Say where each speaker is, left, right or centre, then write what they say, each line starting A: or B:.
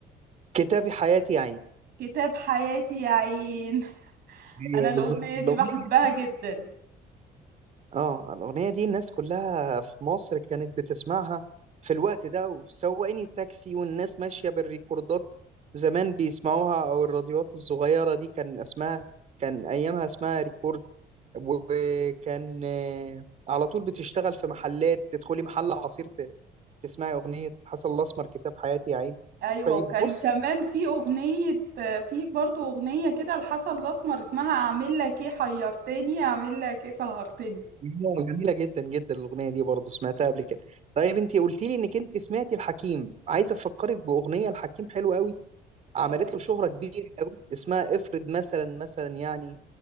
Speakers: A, on the right (about 40°); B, on the right (about 65°).
A: كتابي حياتي يا عين
B: كتاب حياتي يا عين <laughs>
A: ايوه
B: أنا الأغنية
A: بالظبط الاغنيه
B: دي بحبها جدا
A: اه الاغنيه دي الناس كلها في مصر كانت بتسمعها في الوقت ده وسواقين التاكسي والناس ماشيه بالريكوردات زمان بيسمعوها او الراديوات الصغيره دي كان اسمها كان ايامها اسمها ريكورد وكان آه، على طول بتشتغل في محلات تدخلي محل عصير ت- تسمعي اغنيه حسن الاسمر كتاب حياتي يا عين
B: أيوة
A: طيب
B: وكان
A: بصي
B: كمان في أغنية آه، في برضو أغنية كده لحسن الأسمر اسمها أعمل لك إيه حيرتني أعمل لك إيه سهرتني
A: آه، جميلة جدا جدا الأغنية دي برضو سمعتها قبل كده طيب انت قلت لي انك انت سمعتي الحكيم عايز افكرك بأغنية الحكيم حلوة قوي عملت
B: آه.
A: له شهرة كبيرة قوي اسمها افرض مثلا مثلا يعني